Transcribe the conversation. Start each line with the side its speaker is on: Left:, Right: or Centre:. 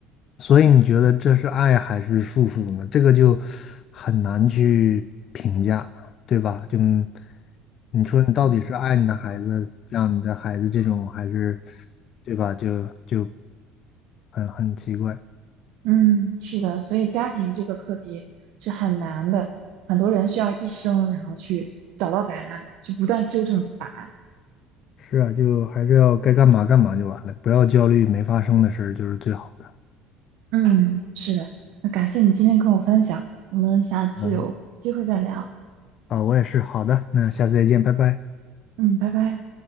Left: 所以你觉得这是爱还是束缚呢？这个就很难去评价，对吧？就嗯你说你到底是爱你的孩子，
Right: <laughs>
Left: 让你的孩子这种，还是对吧？就就很很奇怪。
Right: 嗯，是的，所以家庭这个课题是很难的，很多人需要一生，然后去找到答案，去不断修正答案。
Left: 是啊，就还是要该干嘛干嘛就完了，不要焦虑没发生的事儿就是最好的。
Right: 嗯，是的，那感谢你今天跟我分享，我们下次有机会再聊。
Left: 嗯，啊，我也是。好的，那下次再见，拜拜。
Right: 嗯，拜拜。